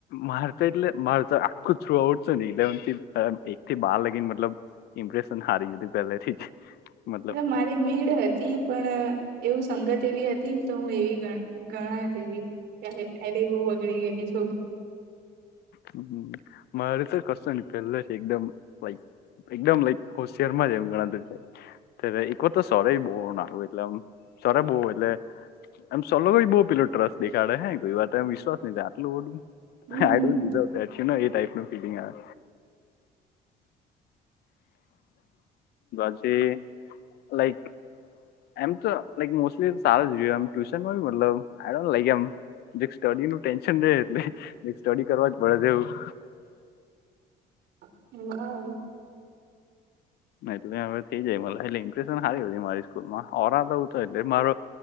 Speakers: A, on the left (about 70°); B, on the right (about 75°).
A: માર તો એટલે મારુ તો આખું થ્રુ આઉટ છે ને ઇલેવનથી અ એકથી બાર લાગીને મતલબ ઇમ્પ્રેશન હારી જ હતી પહેલેથી જ મતલબ
B: એટલે મારી મીડ હતી પણ એવું સંગત એવી હત તીને તો હું એવી ગ ગણાય તેવી કયારે એ બી બગડી ગયેલી છે.
A: હમ્મ. મારે તો કશુંની પેલાથી એકદમ લાઈક એકદમ લાઈક હોશિયારમાં જ એમ ગણાતું છે. ત્યારે એકવાર તો સરે બો નાગુ એટલે એમ સરે બો એટલે એમ સર લોકો બી બો પેલુ ટ્રસ્ટ દેખાડે હે કોઈ વાર તો એમ વિશ્વાસ ની થાય આટલું બધું
B: hmm
A: I don't deserve that you know type નો ફીલિંગ આવે પછી લાઈક એમ તો લાઈક મોસ્ટલી સારો જ રહ્યો ટ્યુશન મતલ આ લ એમ સ્ટડી નુ ટેન્શન રે એટલે સ્ટડી કરવા જ પડે છે એવું
B: <unintelligible>
A: નહી તો હવે થઈ જાય મ એટલે ઇમ્પ્રેશન સારી મારી સ્કૂલમાં ઓરાતાું તો એટલે મારો